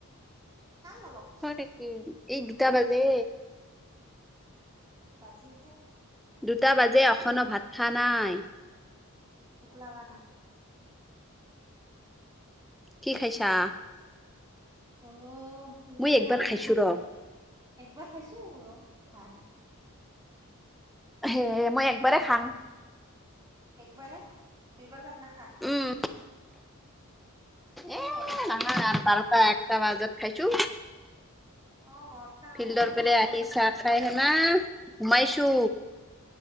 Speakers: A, on the right; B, in the centre.
A: খাম অলপ পিছত
B: হয় নেক ইগদাবাদে
A: বাজিমহে
B: দুটা বাজে
A: খাম
B: অখো ভাত খা নাই
A: ফুোক লাগ নাই
B: কি খাইছা
A: আহ ফিন্দাৰ
B: মই একবাৰ
A: পৰাই আহিল
B: খাইছো
A: দে
B: ৰ
A: একবাৰ খাইছোঁ ম ভাল
B: সে মই একবাৰেই খাম
A: একবাৰে দুইবাৰ ভাত নাখা
B: উম
A: কি
B: এ
A: কৰা
B: নহয় বাৰটা একটা বজাত খাইছো
A: অ মৰটা
B: ফিল্ডৰ
A: মই
B: পেৰে
A: চাৰে
B: আহি
A: দহ
B: চাহ খাই হেনাা সোমাইছো
A: অ